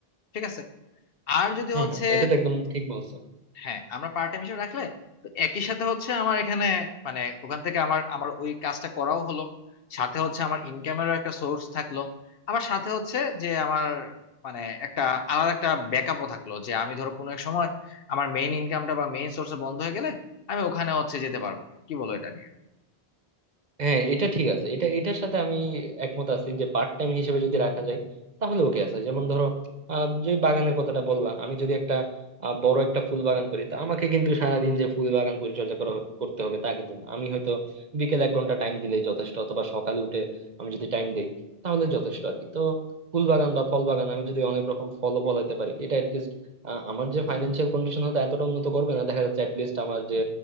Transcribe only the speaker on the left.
ঠিক আছে আর যদি
হচ্ছে
হ্যাঁ আমরা পার্ট টাইম হিসেবে রাখলে তো একই সাথে হচ্ছে আমার এখানে মানে ওখান থেকে আমার আমার ওই কাজটা করাও হলো সাথে হচ্ছে আমার ইনকামেরও একটা সোর্স থাকলো আবার সাথে হচ্ছে যে আমার মানে একটা আলাদা একটা ব্যাকআপও থাকলো যে আমি ধরো কোনো এক সময় আমার মেইন ইনকামটা বা মেইন সোর্স বন্ধ হয়ে গেলে আমি ওখানে হচ্ছে যেতে পারবো কি বলো এটা নিয়ে